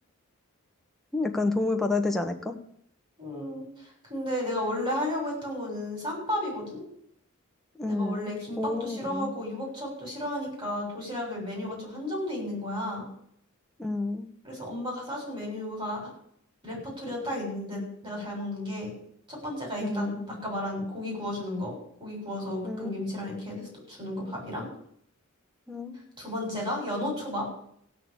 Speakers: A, in the centre; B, on the right.
A: 약간 도움을 받아야 되지 않을까?
B: 음, 근데 내가 원래 하려고 했던 거는 쌈밥이거든?
A: 음,
B: 내가 원래 김밥도
A: 오,
B: 싫어하고 유부초밥도 싫어하니까 도시락을 메뉴가 좀 한정돼 있는 거야.
A: 음,
B: 그래서 엄마가 싸준 메뉴가 레퍼토리가 딱 있는데 내가 잘 먹는 게 첫 번째가 일단
A: 음,
B: 아까 말한 고기 구워주는 거. 고기 구워서 볶음김치랑
A: 음,
B: 이렇게 해서 주는 거 밥이랑.
A: 음,
B: 두 번째가 연어 초밥.